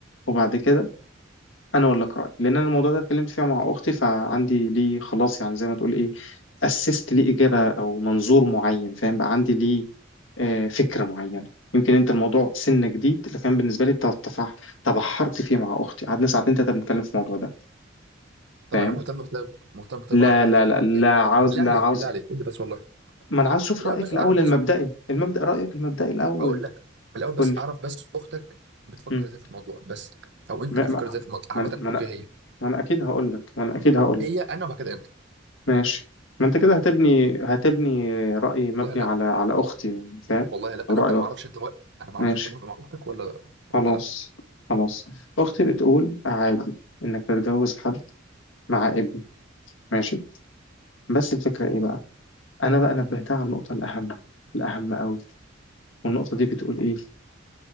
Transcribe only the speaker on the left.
وبعد كده انا اقول لك رايي لان انا الموضوع ده اتكلمت فيه مع اختي فعندي ليه خلاص يعني زي ما تقول ايه اسست ليه اجابه او منظور معين فاهم بقى عندي ليه آه، فكره معينه يمكن انت الموضوع سنه جديد لكن بالنسبه لي تفح تبحرت فيه مع اختي قعدنا ساعتين تلاته بنتكلم في الموضوع ده
فاهم
لا
لا لا
لا
عاوز
لا
عاوز
ما انا عاوز اشوف
رايك
الاول
المبدئي المبدا رايك المبدئي الاول
قول لي
مم.
ما
ما
ما انا ما
أنا-
ما أنا اكيد هقول لك ما انا اكيد هقول
ماشي ما انت كده هتبني هتبني رأي مبني
على على اختي يعني فاهم
او
رأي
اختي
ماشي
خلاص
خلاص اختي بتقول عادي انك تتجوز حد مع ابن ماشي بس الفكرة ايه بقى انا بقى نبهتها على النقطة الاهم الاهم قوي والنقطة دي بتقول ايه